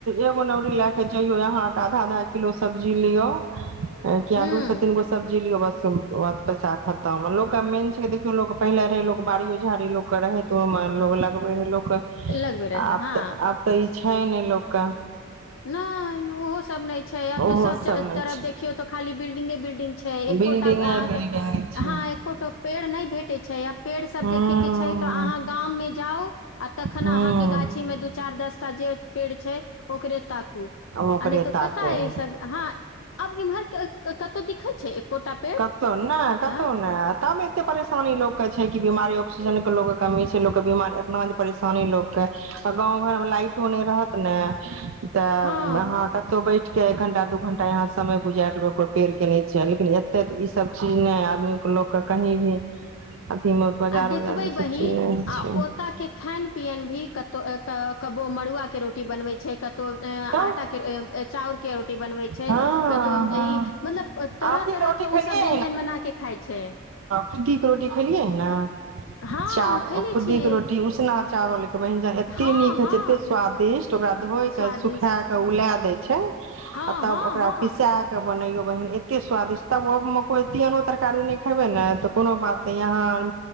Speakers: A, on the right (about 75°); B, on the left (about 70°).
A: एगो नौरी ले के चायो यहाँके आधा आधा किलो सब्जी लियो। किया
B: हूँ
A: दू से तीनगो सब्जीियो बस। पैसा खतम लोक मेन छै देखियो लोक पहिले रहे लोक बाड़ियो झाड़ी लोक के रहे तऽ ओमे लोकोग लगबे रहे लोक।
B: लगबे
A: आ।
B: रहे हँ
A: तऽ आब तऽ ई। छै ने लोकक।
B: नहि ओहो सब नहि छै आब
A: ओहो
B: तऽ सब
A: नहि
B: तरफ
A: छै
B: देखियौ तऽ खाली ब। ंग बिल्िंग। <unintelligible>
A: बिल्डिंगे बिल्डिंगे छै
B: नहि भेटै छै आ पेड़ सब
A: हँ
B: देखैके छै तऽ अहाँ गाममे। जाउ। आ तखन
A: हँ
B: अहाँके गाछी में दू चार दस। जे पेड़ छै ओ। ताकू
A: ओकरे
B: त
A: ताकू
B: कथस हँ। आब इम्हर के कतहु दिखै छै। एकोटा पेड़
A: कतहु ने कतहु
B: आँ
A: ने तब एते परेशानी लोक के छै। बीमारी ऑक्सीजन के लोक के कमी छै लोकके बीमारी एतना परेशानी लोक के गांव घर मे लाइटो नहि रहत ने। त
B: हँ
A: अहाँ कतौ बैठ त एक घंटा दू घंटा यहा समय गुजारि देबै कोई पेड़ के नीचे लेकिन। ते त इ सब चीज नै आदमीे लोकके कहीं भी अथी मे बाजार
B: आ देखबै
A: उजार मे ई
B: बहिन
A: सब चीज नहि होइ
B: आ
A: छै
B: ओत के खान पियन भी कत त ओत कबो मड़ुआ के रोटी बनबै छै कत त
A: तब
B: आटा के चाउर के। ी बनबै छै
A: हँ
B: कतौ
A: हँ
B: ई मतलब तरह
A: आथी
B: तरह
A: रोटी
B: के
A: खेलियै
B: ओ सब व्यञंजन बना क खाइ छै।
A: खुद्दीके रोटी खेलियै ह ने।
B: हँ
A: चावल,
B: खैले
A: खुद्दी
B: छियै
A: के रोटी उसना चावल के बहिन जान एते
B: हँ
A: नीक हय
B: हँ
A: छै एते स्वादिष्ट ओकरा धोय
B: स्वादिष्ट
A: के सुखा के उला दे छै। छै।
B: हँ
A: हम
B: हँ
A: ओकरा
B: हँ
A: पिसाके बनैयो बहिन एते स्वादिष्ट तब मक ए आनो तरकारी नहि खेबे ने त कोनो बात त यहां आर